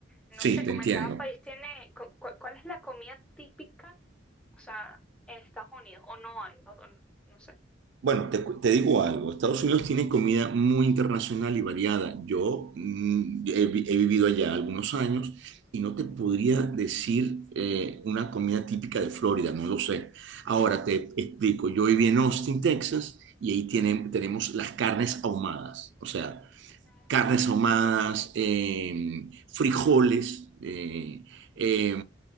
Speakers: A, in the centre; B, on the right (about 65°).
A: No
B: Sí,
A: sé,
B: te
A: como
B: entiendo.
A: en cada país tiene, cu- cu- ¿cuál es la comida típica, o sea, en Estados Unidos? ¿O no hay? O- o no no sé.
B: Bueno, te, cu- te digo algo, Estados Unidos tiene comida muy internacional y variada. Yo mm, he, vi- he vivido allá algunos años y no te podría decir eh, una comida típica de Florida, no lo sé. Ahora te explico, yo viví en Austin, Texas, y ahí tiene- tenemos las carnes ahumadas. O sea,
A: Mm,
B: carnes ahumadas, eh, frijoles, eh, eh,